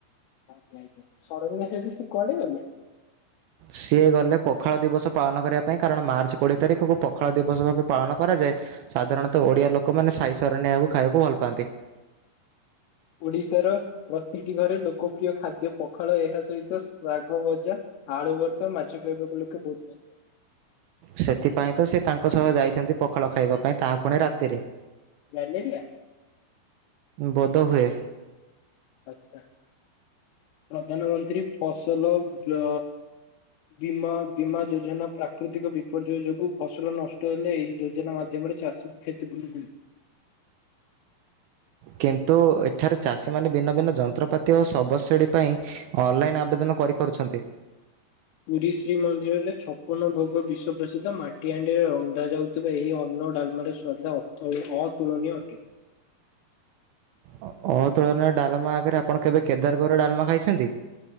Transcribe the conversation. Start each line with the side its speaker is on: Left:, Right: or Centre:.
Left: ଆଜ୍ଞା ଆଜ୍ଞା ସରନ୍ୟା ସହିତ ସେ କୁଆଡେ ଗଲେ।
Right: ସିଏ ଗଲେ ପଖାଳ ଦିବସ ପାଳନ କରିବା ପାଇଁ କାରଣ ମାର୍ଚ୍ଚ କୋଡ଼ିଏ ତାରିଖକୁ ପଖାଳ ଦିବସ ଭାବେ ପାଳନ କରାଯାଏ। ସାଧାରଣତଃ ଓଡିଆ ଲୋକମାନେ ସାଇ ସରନ୍ୟାକୁ ଖାଇବାକୁ ଭଲ ପାଆନ୍ତି।
Left: ଓଡିଶାର ପ୍ରତିଟି ଘରେ ଲୋକପ୍ରିୟ ଖାଦ୍ୟ ପଖାଳ ଏହା ସହିତ ଶାଗ ଭଜା। ଆଳୁ ଭରତା ମାଛ ଖାଇବାକୁ ଲୋକେ ବହୁତ ପାଆନ୍ତି।
Right: ସେଥିପାଇଁ ତ ସେ ତାଙ୍କ ସହ ଯାଇଛନ୍ତି ପଖାଳ ଖାଇବା ପାଇଁ ତାହା ପୁଣି ରାତିରେ।
Left: ଗ୍ୟାଲେରିଆ।
Right: ବୋଧେହୁଏ।
Left: ଆଚ୍ଛା। ପ୍ରଧାନମନ୍ତ୍ରୀ ଫସଲ ବ୍ୟ ବିମା ବୀମା ଯୋଜନା ପ୍ରା ପ୍ରାକୃତିକ ବିପର୍ଯ୍ୟୟ ଯୋଗୁଁ ଫସଲ ନଷ୍ଟ ହେଲେ ଏହି ଯୋଜନା ମାଧ୍ୟମରେ ଚାଷୀଙ୍କୁ କ୍ଷତିପୂର୍ଣ୍ଣ ମି
Right: କିନ୍ତୁ ଏଠାରେ ଚାଷୀମାନେ ଭିନ୍ନ ଭିନ୍ନ ଯନ୍ତ୍ରପାତି ଓ ଶବ ଶିଡ଼ି ପାଇଁ ଅନଲାଇନ୍ ଆବେଦନ କରିପାରୁଛନ୍ତି।
Left: ପୁରୀ ଶ୍ରୀ ମନ୍ଦିରରେ ଛପନ ଭୋଗ ବିଶ୍ୱ ପ୍ର୍ରସିଦ୍ଧ ମାଟିଆଣ୍ଡିରେ ରନ୍ଧାାଯ ଯାଉଥିବା ଏହି ଅନ୍ନ ଡାଲମାରେ ଶ୍ରଦ୍ଧା ଅର୍ଥ ଅତୁଳନୀୟ ଅଟେ।
Right: ଅ ତୁଳନ ଡାଲମା ଆଗରେ ଆପଣ କେବେ କେଦାର ଗୋର ଡାଲମା ଖାଇଛନ୍ତି।